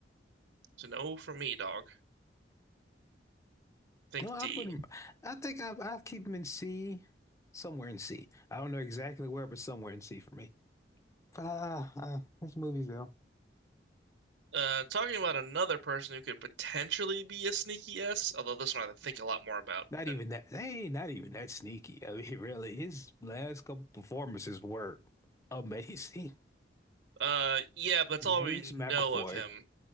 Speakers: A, on the right; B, on the left.
A: So no for me, dog. Think
B: No, I
A: D.
B: put him. I think I I keep him in C, somewhere in C. I don't know exactly where, but somewhere in C for me. Ah, uh, his movies though.
A: Uh, talking about another person who could potentially be a sneaky S, although this one I have to think a lot more about
B: Not
A: than.
B: even that. Hey, not even that sneaky. I mean, <laughs> really, his last couple performances were amazing.
A: Uh, yeah, but that's
B: <laughs> James
A: all we know
B: McAvoy.
A: of him.